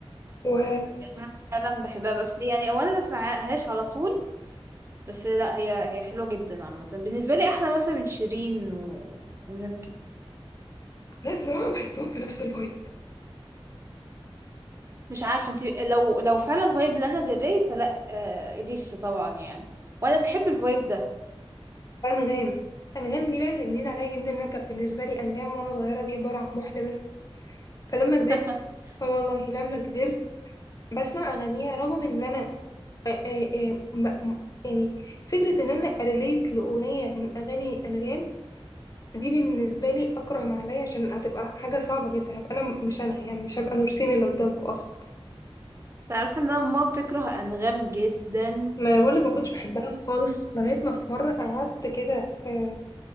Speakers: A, on the left; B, on the right.
A: و
B: يعني انا فعلا بحبها بس يعني او انا ما بسمعهاش على طول بس لا هي هي حلوه جدا عامه بالنسبه لي احلى مثلا من شيرين و... والناس دي
A: لا الصراحه بحسهم في نفس الفايب
B: مش عارفه انت لو لو فعلا فايب لانا ديل ري فلا آه اليسا طبعا يعني وانا بحب الفايب ده
A: انغام انغام دي بقى اللي جديد عليا جدا انا كانت بالنسبه لي انغام وانا صغيره دي عباره عن محن بس فلما كبرت
B: <laughs>
A: اه والله لما كبرت بسمع اغانيها رغم ان انا آه، آه، آه، م- م- يعني فكره ان انا اريليت لاغنيه من اغاني انغام دي بالنسبه لي اكره ما عليا عشان هتبقى حاجه صعبه جدا هبقى انا مش انا يعني مش هبقى نورسين اللي قدامكم اصلا
B: تعرف ان انا ماما بتكره انغام جدا
A: ما انا بقولك ما كنتش بحبها خالص لغايه ما في مره قعدت كده آه،